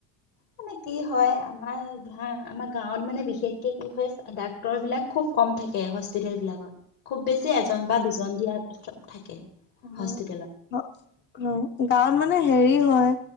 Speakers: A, on the left (about 55°); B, on the left (about 25°).
A: মানে কি হয় আমাৰ ধৰা আমাৰ গাঁৱত মানে বিশেষকে কি হয় ডাক্তৰ বিলাক খুব কম থাকে হস্পিতেল বিলাকত। খুব বেছি এজন বা দুজন দিয়াৰ থাকে।
B: অ
A: হস্পিতেলত
B: <inaudible> গাঁৱত মানে হেৰি হয়